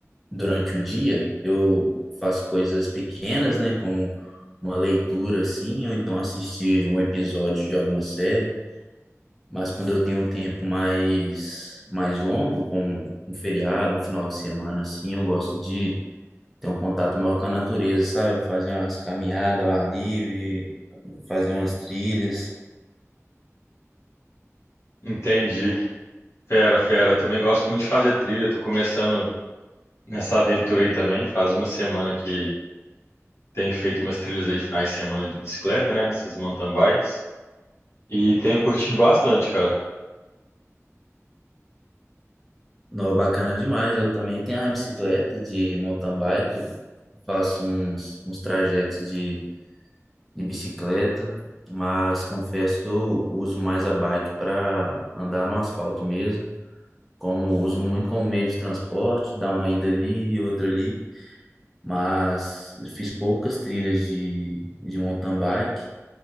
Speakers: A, in the centre; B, on the left.
A: durante o dia, eu faço coisas pequenas, né? Como uma leitura, assim, ou então assistir um episódio de alguma série. Mas quando eu tenho um tempo mais, mais longo, como um feriado, um final de semana, assim, eu gosto de ter um contato maior com a natureza, sabe? Fazer umas caminhadas ao ar livre, fazer umas trilhas.
B: Entendi. Fera, fera. Também gosto muito de fazer trilha. Tô começando nessa aventura aí também. Faz uma semana que Tenho feito umas trilhas aí finais de semana de bicicleta, né? Nessas mountain bikes. E tenho curtido bastante, cara.
A: Não, bacana demais. Eu também tenho a bicicleta de mountain bike. Eu Faço uns, uns trajetos de, de bicicleta, mas confesso que eu uso mais a bike para andar no asfalto mesmo. Como uso muito como meio de transporte, dá uma ida ali e outra ali. Mas fiz poucas trilhas de, de mountain bike,